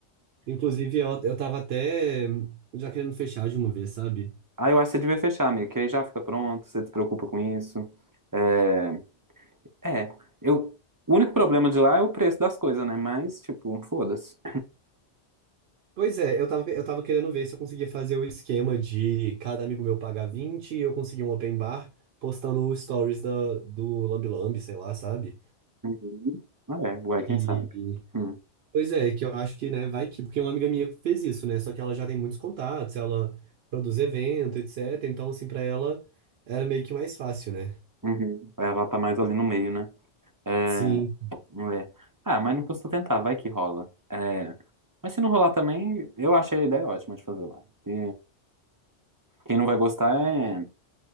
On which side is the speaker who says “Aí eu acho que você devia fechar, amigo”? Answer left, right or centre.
Right